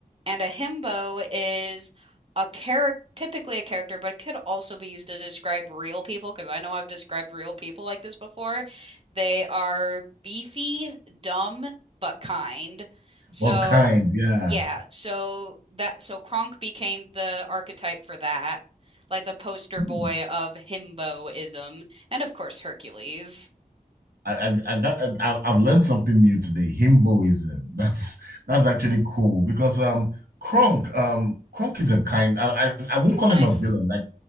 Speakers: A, on the right; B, on the right.
A: And a himbo is a character, typically a character, but it could also be used to describe real people because I know I've described real people like this before. They are beefy, dumb, but kind. So
B: What kind? Yeah.
A: yeah, so that so Kronk became the archetype for that, like the poster
B: Hmm.
A: boy of himboism, and of course Hercules.
B: I, I, I got I, I've learned something new today. Himboism. <laughs> That's that's actually cool because um Kronk um Kronk is a kind. I I, I won't
A: He's
B: call
A: nice.
B: him a villain like,